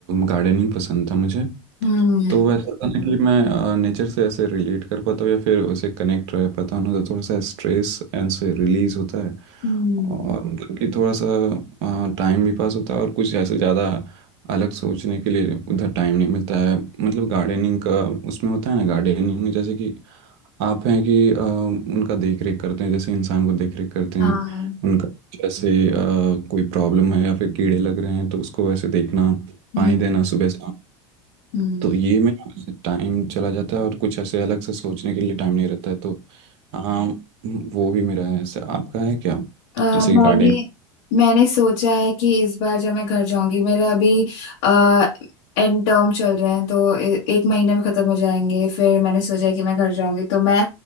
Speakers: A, on the right; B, on the left.
A: गार्डनिंग पसंद था मुझे
B: हम्म
A: तो वैसा था ना कि मैं नेचर से ऐसे रिलेट कर पाता हूँ या फिर उसे कनेक्ट रह पाता हूँ ना तो थोड़ा सा स्ट्रेस एंड से रिलीज होता है
B: हम्म
A: और मतलब कि थोड़ा सा टाइम भी पास होता है और कुछ ऐसे ज़्यादा अलग सोचने के लिए उधर टाइम नहीं मिलता है मतलब गार्डनिंग का उसमें होता है ना गार्डनिंग में जैसे कि आप हैं कि अ, उनका देख रेख करते हैं जैसे इंसान को देख रेख करते
B: हाँ
A: हैं उनका जैसे अ, कोई प्रॉब्लम है या फिर कीड़े लग रहे हैं तो उसको वैसे देखना
B: हम्म
A: पानी देना सुबह शाम
B: हम्म
A: तो ये मेरा टाइम चला जाता है और कुछ ऐसे अलग से सोचने के लिए टाइम नहीं रहता है तो हाँ वो भी मेरा है ऐसे आपका है क्या
B: अ
A: जैसे
B: मैंने
A: गार्डन
B: मैंने सोचा है कि इस बार जब मैं घर जाऊंगी मेरे अभी आ, एंड टर्म चल रहे हैं तो ए, एक महीने में खत्म हो जाएंगे फिर मैंने सोचा है कि मैं घर जाऊंगी तो मैं